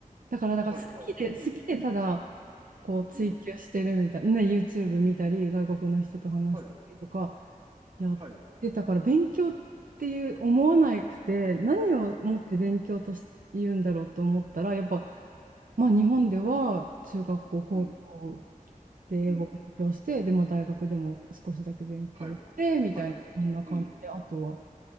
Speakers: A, on the right; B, on the right.
A: だからなんか好きで、
B: はい、はい。
A: 好きでただ、
B: うん。
A: こう追求してるみたいな、
B: うん。
A: ね、YouTube 見たり、外国の人と話したりとか
B: はい。
A: やってたから、
B: はい。
A: 勉強っていう思わなくて、何をもって勉強とし言うんだろうと思ったら、やっぱ、まあ、日本では中学校、高校
B: うん。
A: で英語勉強して、
B: うん。
A: で、まあ、大学でも少しだけ勉強して、
B: はい。
A: みたいな、
B: はい。
A: そんな感じで、
B: うん。
A: あとは、